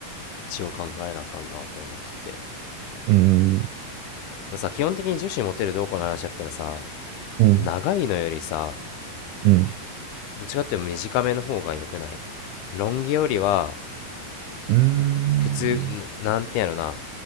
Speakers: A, on the left; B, on the right.
A: 一応考えなあかんなと思っとって。
B: うん、うん、
A: まあ、さ、基本的に女子モテるどうこうの話だったらさ、
B: うん、
A: 長いのよりさ、
B: うん、
A: どっちかっていうと短めの方が良くないロン毛よりは
B: うん、
A: 普通なんてやろな